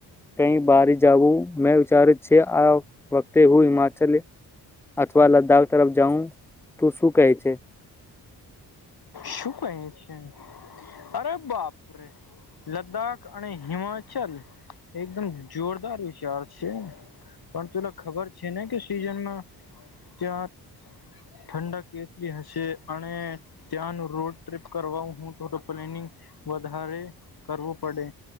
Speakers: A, in the centre; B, on the left.
A: કઈ બારી જું મેં વિચાર છે આ વખતે હું હિમાચલ અથવા લદ્દાખ તરફ જઉં તું શું કેહે છે
B: શું ક છે અરે બાપરે લદ્દાખ અને હિમાચલ એકદમ જોરદાર વિચાર છે પણ તેલા ખબર છે ને કે સીઝનમાં ત્યાં ઠંડા કેટલી હશે અને ત્યાંનું રોડ ટ્રીપ કરવા હું થો પ્લેનિંગ વધારે કરવું પડે